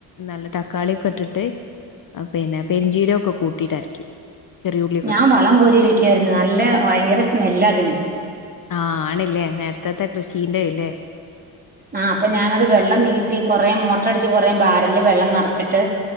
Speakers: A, on the left (about 40°); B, on the right (about 20°).
A: നല്ല തക്കാളിയൊക്കെ ഇട്ടിട്ട്. പിന്നെ പെരിഞ്ചീരം ഒക്കെ കൂട്ടിയിട്ടരക്കും. ചെറിയ ഉള്ളിയൊക്കെ
B: ഞാൻ
A: ഇട്ടിട്ട്
B: വളം കോരി ഒഴിക്കായിരുന്നു നല്ല വയങ്കര സ്മെല്ലാ അതിന്.
A: ആഹ് ആണില്ലേ നേരത്തെത്തെ കൃഷീന്റെത് അല്ലെ
B: ആഹ്, അപ്പൊ ഞാനത് വെള്ളം നീട്ടി കൊറേ മോട്ടർടിച്ച് കൊറേ ബാരല് വെള്ളം നെറച്ചിട്ട്.